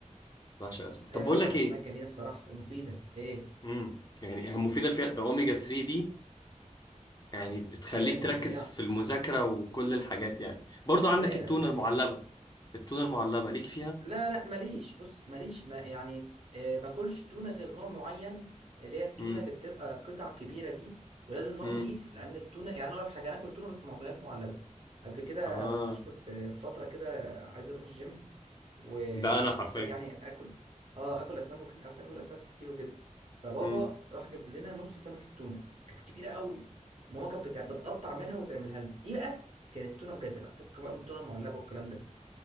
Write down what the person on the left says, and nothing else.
بعشق الاسماك طب
بقول
لك
ايه
امم يعني مفيده في ده اوميجا 3 دي يعني بتخليك
تركز
في المذاكره وكل الحاجات يعني برضو عندك
التونه
المعلبه
التونه المعلبه ليك فيها
امم
امم
اه
ده انا حرفيا
امم